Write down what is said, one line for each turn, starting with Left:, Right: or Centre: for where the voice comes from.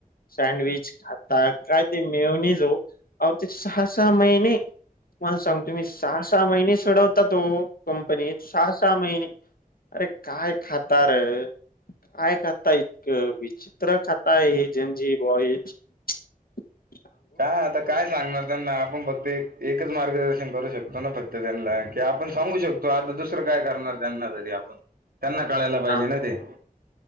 Left: सँडविच आता काय ते मेयोनीज ओ. अहो, ते सहा- सहा महिने. तुम्हाला सांगतो मी. सहा - सहा महिने सडवतात ओ. कंपनीत. सहा - सहा महिने. अरे, काय खाता रं? काय खाता इतकं, विची त्र खाताय हे, जन जी बॉईझ. <unintelligible>
Right: काय आता, काय सांगणार, त्यांना? आपण बघ ते एकच मार्गदर्शन करू शकतो ना फक्त. त्यांना की, आपण सांगू शकतो. आता दुसरं काय करणार, त्यांना तरी आपण? त्यांना कळायला पाहिजे
Left: हा
Right: ना, ते.